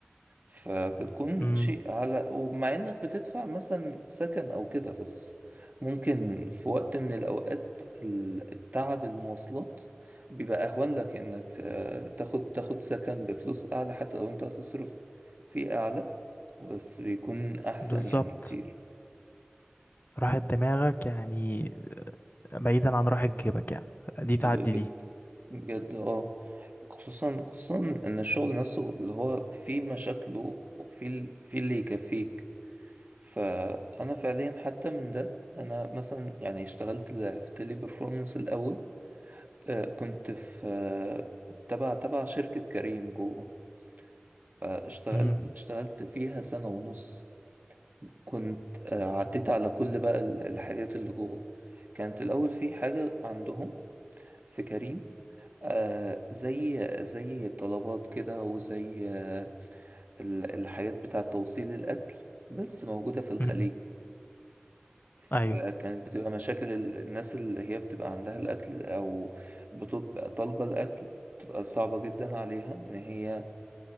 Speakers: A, on the right (about 45°); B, on the left (about 50°).
A: فبتكون
B: مم.
A: شيء على ومع إنك بتدفع مثلا سكن أو كده بس ممكن في وقت من الأوقات ال- التعب المواصلات بيبقى أهون لك إنك آه، تاخد تاخد سكن بفلوس أعلى حتى لو أنت هتصرف فيه أعلى بس بيكون أحسن
B: بالظبط
A: يعني كتير
B: راحة دماغك يعني بعيدا عن راحة جيبك يعني دي تعدي
A: بجد
B: دي
A: بجد اه خصوصا خصوصا ان الشغل نفسه اللي هو فيه مشاكله وفيه ال- فيه اللي يكفيك فانا فعليا حتى من ده انا مثلا يعني اشتغلت ل- في تيلي بيرفورمانس الاول آه، كنت في آه، تبع تبع شركة كريم جوه آه، اشتغلت
B: مم.
A: اشتغلت فيها سنة ونص كنت آه، عديت على كل بقى ال- الحاجات اللي جوه كانت الاول في حاجة عندهم في كريم آه زي زي الطلبات كده وزي آه ال- الحاجات بتاع توصيل الأكل بس موجودة في الخليج
B: مم.
A: فكانت
B: ايوه
A: بتبقى مشاكل ال- الناس اللي هي بتبقى عندها الأكل أو بتبقى طالبة الأكل بتبقى صعبة جدا عليها إن هي